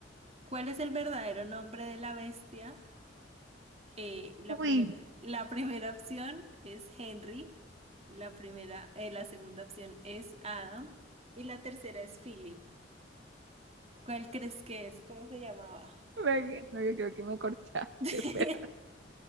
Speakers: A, on the right; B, on the right.
A: ¿Cuál es el verdadero nombre de la bestia? Eh, la
B: Uy,
A: primera, la primera opción es Henry, la primera, eh, la segunda opción es Adam y la tercera es Philip. ¿Cuál crees que es? ¿Cómo se llamaba?
B: me- no, yo creo que me corchaste.
A: <laughs>
B: Espera,